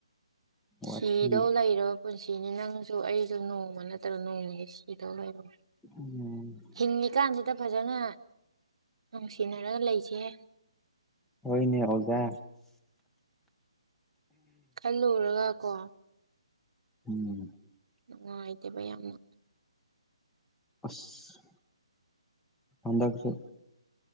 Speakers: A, in the centre; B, on the right.
A: ꯋꯥꯊꯤ
B: ꯁꯤꯗꯧ ꯂꯩꯔ ꯄꯨꯟꯁꯤꯅꯤ ꯅꯪꯁꯨ ꯑꯩꯁꯨ ꯅꯣꯡꯃ ꯅꯠꯇ꯭ꯔ ꯅꯣꯡꯃꯗꯤ ꯁꯤꯗꯧ ꯂꯩꯔꯝ
A: ꯎꯝ
B: ꯍꯤꯡꯉꯤꯀꯥꯟꯁꯤꯗ ꯐꯖꯅ ꯅꯨꯡꯁꯤꯅꯔꯒ ꯂꯩꯁꯦ
A: ꯍꯣꯏꯅꯦ ꯑꯣꯖꯥ
B: ꯈꯜꯂꯨꯔꯒ ꯀꯣ꯫
A: ꯎꯝ꯫
B: ꯅꯨꯡꯉꯥꯏꯇꯦꯕ ꯌꯥꯝꯅ꯫
A: ꯑꯁ ꯍꯟꯗꯛꯁ‌ꯦ꯫